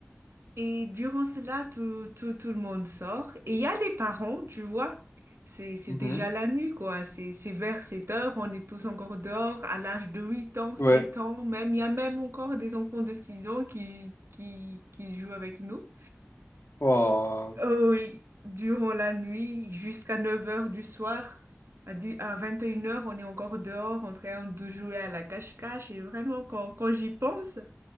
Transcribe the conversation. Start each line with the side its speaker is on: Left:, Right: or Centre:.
Right: Et durant cela, tout, tout, tout le monde sort. Et il y a les parents, tu vois. C'est, c'est
Left: Mhm.
Right: déjà la nuit, quoi. C'est, c'est vers 7 heures. On est tous encore dehors à l'âge de 8 ans,
Left: Ouais.
Right: 7 ans, même. Il y a même encore des enfants de 6 ans qui, qui, qui jouent avec nous.
Left: Oh.
Right: Oh oui, durant la nuit, jusqu'à 9 heures du soir, à 10 à 21 heures, on est encore dehors en train de jouer à la cache-cache. Et vraiment, quand, quand j'y pense,